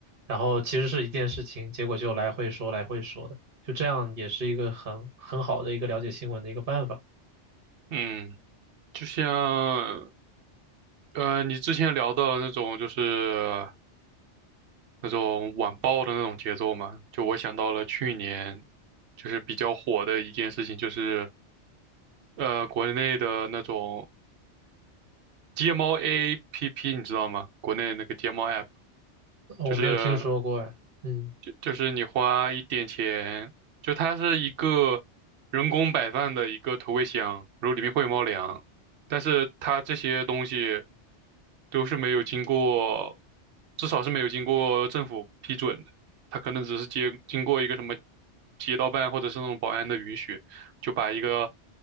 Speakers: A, on the right; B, on the right.
A: 然后其实是一件事情，结果就来回说来回说的，就这样也是一个很很好的一个了解新闻的一个办法。
B: 嗯，就像。呃，你之前聊的那种就是那种晚报的那种节奏嘛，就我想到了去年就是比较火的一件事情，就是呃国内的那种街猫 APP，你知道吗？国内那个街猫 App，
A: 哦我没有听说过哎，
B: 就是
A: 嗯，
B: 就就是你花一点钱，就它是一个人工摆放的一个投喂箱，然后里面会有猫粮，但是它这些东西都是没有经过，至少是没有经过政府批准的，它可能只是接经过一个什么街道办或者是那种保安的允许，就把一个